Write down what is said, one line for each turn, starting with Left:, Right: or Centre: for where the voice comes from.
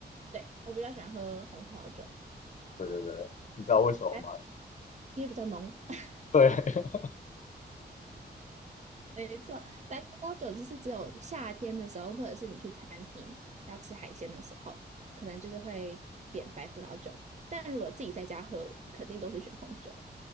Right: 对，我比较喜欢喝红葡萄酒，
Left: 对对对，你知道为什么吗？
Right: 哎，因为比较浓。<laughs>
Left: 对，<laughs>
Right: 没错，白葡萄酒就是只有夏天的时候，或者是你去餐厅要吃海鲜的时候，可能就是会点白葡萄酒。但如果自己在家喝，肯定都是选红酒。